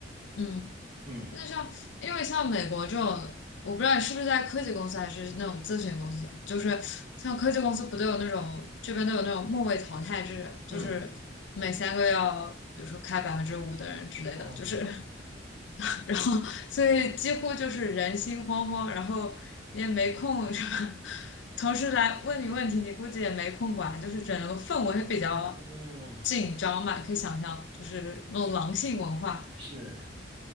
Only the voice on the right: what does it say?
嗯
嗯，哦，
对，
哦，
是。